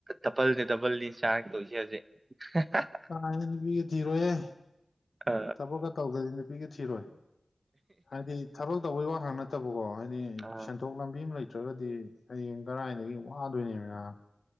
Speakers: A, on the right (about 40°); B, on the left (about 80°).
A: ꯗꯕꯜꯗ ꯗꯕꯜꯅꯤ ꯆꯥꯔꯛ ꯇꯣꯏꯖꯦ ꯍꯧꯖꯤꯛ <inaudible>
B: ꯀꯥꯏ ꯅꯨꯄꯤꯒ ꯊꯤꯔꯣꯏꯍꯦ
A: ꯑ
B: ꯊꯕꯛꯀ ꯇꯧꯗ꯭ꯔꯗꯤ ꯅꯨꯄꯤꯒ ꯊꯤꯔꯣꯏ ꯍꯥꯏꯗꯤ ꯊꯕꯛ ꯇꯧꯕꯩ ꯋꯥ ꯈꯛ ꯅꯠꯇꯕꯀꯣ ꯍꯥꯏꯗꯤ
A: ꯑꯥ
B: ꯁꯦꯟꯊꯣ ꯊꯣꯛ ꯂꯝꯕꯤ ꯑꯃ ꯂꯩꯇ꯭ꯔꯒꯗꯤ ꯍꯌꯦꯡ ꯀꯔꯥꯏꯗꯒꯤ ꯋꯥꯗꯣꯏꯅꯤꯗꯅ